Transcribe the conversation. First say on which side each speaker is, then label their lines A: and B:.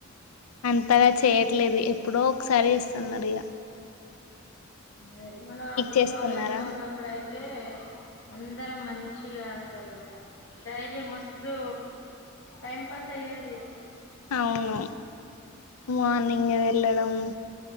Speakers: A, on the left; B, on the left.
A: అంతగా చేయట్లేదు ఎప్పుడో ఒకసారి ఇస్తున్నారు ఇక
B: అదే మన అప్పుడు
A: చేస్తున్నారా
B: కాలేజ్ లో ఉన్నప్పుడు అయితే అందరం మంచిగా లు డైలీ మస్తు టైమ్ పాస్ అయ్యేది
A: అవును మార్నింగ్ వెళ్ళడం